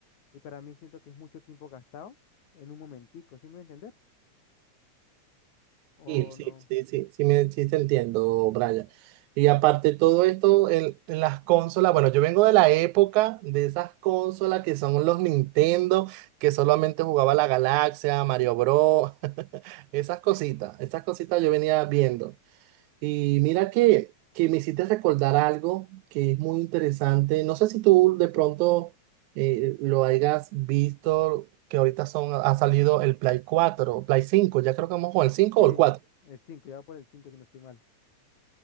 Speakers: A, on the left (about 70°); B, on the right (about 80°).
A: y para mí siento que es mucho tiempo gastado en un momentico, ¿sí me voy a entender? ¿O
B: Sí, sí,
A: no?
B: sí, sí, sí, me, sí te entiendo, Brian. Y aparte de todo esto, en, en las consolas, bueno, yo vengo de la época de esas consolas que son los Nintendo, que solamente jugaba la Galaxia, Mario Bros, <laughs> esas cositas, esas cositas yo venía viendo. Y mira que, que me hiciste recordar algo que es muy interesante. No sé si tú de pronto eh, lo hayas visto, que ahorita son, ha salido el Play 4, Play 5, ya creo que vamos con el 5
A: Sí,
B: o el 4.
A: el 5 ya voy por el 5 si no estoy mal.